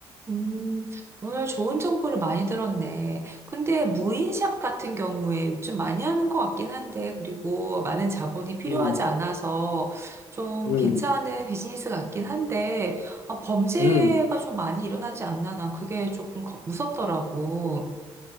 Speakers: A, on the right; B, on the left.
A: 음, 오늘 좋은 정보를 많이 들었네. 근데 무인샵 같은 경우에 요즘 많이 하는 것 같긴 한데, 그리고 많은 자본이 필요하지
B: 음,
A: 않아서 좀
B: 음,
A: 괜찮은 비즈니스 같긴 한데, 아, 범죄가
B: 음.
A: 좀 많이 일어나지 않나? 난 그게 조금 겁- 무섭더라고.